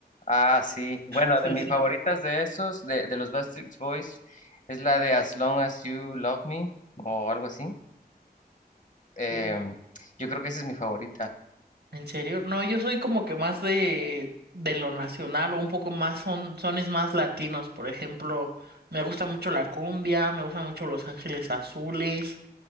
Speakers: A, on the left; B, on the right.
A: ah, sí. Bueno,
B: Sí,
A: de mis
B: sí.
A: favoritas de esos, de, de los Backstreet Boys, es la de As Long as You Love Me o algo así. Eh,
B: Mm.
A: yo creo que esa es mi favorita.
B: ¿En serio? No, yo soy como que más de, de lo nacional o un poco más son sones más latinos. Por ejemplo, me gusta mucho la cumbia, me gusta mucho Los Ángeles Azules,